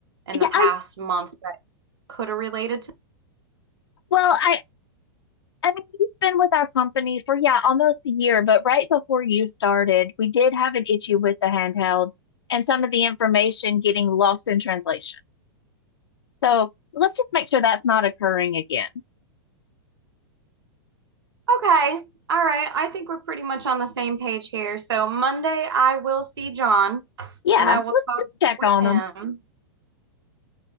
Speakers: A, on the right; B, on the left.
A: in
B: Yeah,
A: the past
B: I
A: month that could have related to.
B: well, I I mean, he's been with our company for, yeah, almost a year, but right before you started, we did have an issue with the handhelds and some of the information getting lost in translation. So let's just make sure that's not occurring again.
A: Okay, all right. I think we're pretty much on the same page here. So Monday, I will see John
B: Yeah,
A: and I will
B: let's
A: talk
B: just check
A: with
B: on
A: him.
B: them.